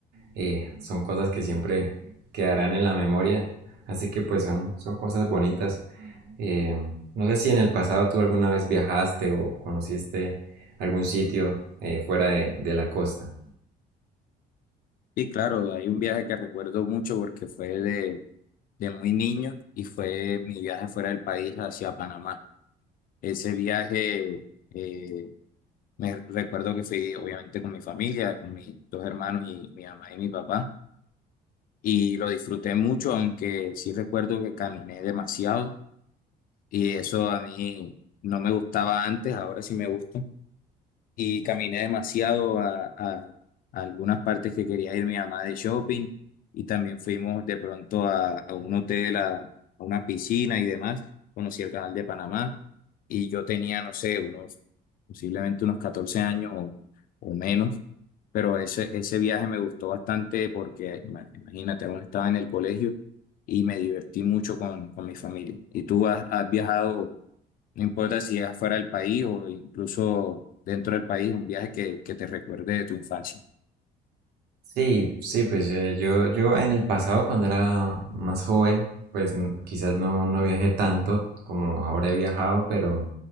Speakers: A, on the right; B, on the left.
A: eh, son cosas que siempre quedarán en la memoria, así que pues son, son cosas bonitas. Eh, no sé si en el pasado tú alguna vez viajaste o conociste algún sitio eh, fuera de, de la costa.
B: Y claro, hay un viaje que recuerdo mucho porque fue de, de muy niño y fue mi viaje fuera del país hacia Panamá. Ese viaje, eh, me recuerdo que fui obviamente con mi familia, con mis dos hermanos y mi mamá y mi papá. Y lo disfruté mucho, aunque sí recuerdo que caminé demasiado y eso a mí no me gustaba antes, ahora sí me gusta y caminé demasiado a, a- a algunas partes que quería ir mi mamá de shopping y también fuimos de pronto a, a un hotel, a, a una piscina y demás. Conocí el canal de Panamá y yo tenía, no sé, unos, posiblemente unos 14 años o, o menos, pero ese, ese viaje me gustó bastante porque ima- imagínate, aún estaba en el colegio y me divertí mucho con, con mi familia. ¿Y tú has, has viajado? No importa si es fuera del país o incluso dentro del país, un viaje que, que te recuerde de tu infancia.
A: Sí, sí, pues eh, yo, yo en el pasado cuando era más joven, pues n- quizás no, no viajé tanto como ahora he viajado, pero,